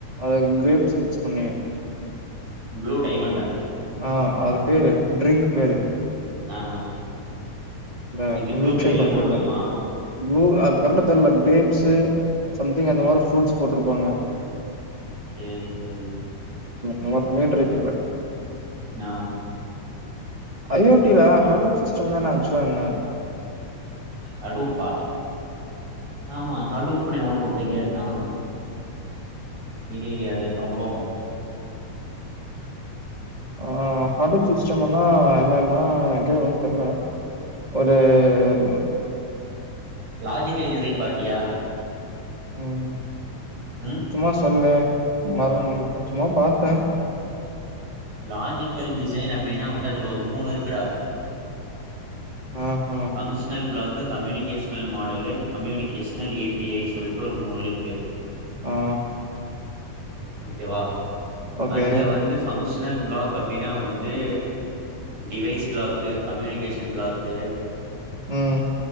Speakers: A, on the right; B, on the right.
A: அது கிரேப்ஸ் மிக்ஸ் பண்ணி
B: ப்ளூ டைமண்ட்டா
A: ஆ அது பேரு ட்ரிங்க் பேரு
B: நா
A: இந்த
B: இது ப்ளூபெரில்லா
A: மில்சேக்கோட
B: போட்ருக்குமா
A: பேருதா ப்ளூ அது கரெட்டா தெர்ல கிரேப்ஸ்சு சம்திங் அந்த மாரி ஃப்ரூட்ஸ் போட்ருப்பாங்க
B: சேரி சேரி
A: நல்லா இருக்கு நீயு ட்ரை பண்ணிப் பாரு
B: நா
A: ஐ ஓ டி ல ஹடூப் சிஸ்டம்தான சன்ன
B: ஹடூப்பா ஆமா ஹடூப்னு எவனோ ஒருத்த கேட்டா விடி அத அப்ற போவோ
A: ஆ ஹார்டுவர் சிஸ்டமுன்னா என்னன்னா எனக்கே ஒன்னு தெர்ல ஒரு அது
B: லாஜிக்கல் டிசைன் பாத்தியா
A: ஹ்
B: ம்
A: சும்மா சொல்லு மரொ சும்மா பாத்த
B: லாஜிக்கல் டிசைன் அப்படின்னா வந்து அதுல ஒரு மூணு இருக்குடா
A: ஆ ஆ
B: ஃபங்ஷ்னல் பிளாக் க communicational model communicational A P I சொல்ட்டு ஒரு மூணுருக்கு
A: ஆஹ்
B: ஓகேவா
A: ஓகே.
B: அதுல வந்து பங்க்ஷ னல் ப்ளாக் அப்டின்னா வந்து டிவைஸ் பிளாக்கு கம்யூனிகேஷன் பிளாக்கு
A: உஹம்